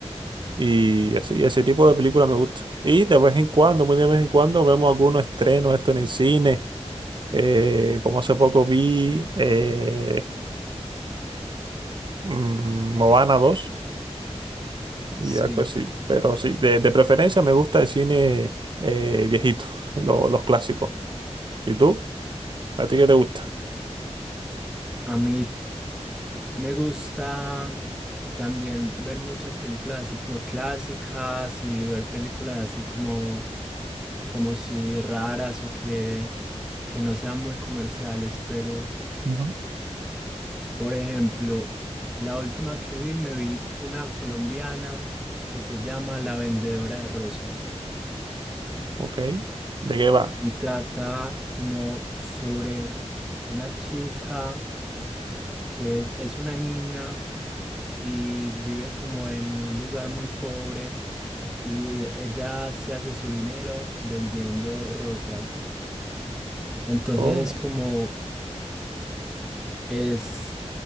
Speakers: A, on the right (about 45°); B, in the centre.
A: Y así, ese tipo de películas me gusta. Y de vez en cuando, muy de vez en cuando, vemos algunos estrenos, esto en el cine. Eh, como hace poco vi eh, mm, Moana dos y
B: sí.
A: algo así. Pero sí, de, de preferencia me gusta el cine eh, viejito, <laughs> lo- los clásicos. ¿Y tú? ¿A ti qué te gusta?
B: A mí me gusta también ver muchas películas así como clásicas y ver películas así como como si raras o que, que no sean muy comerciales, pero
A: Ujú.
B: por ejemplo, la última que vi, me vi una colombiana que se llama La Vendedora de Rosas
A: Ok. ¿De qué va?
B: y trata como sobre una chica que es, es una niña y vive como en un lugar muy pobre y ella se hace su dinero vendiendo rosas. Entonces
A: Oh,
B: es como Es,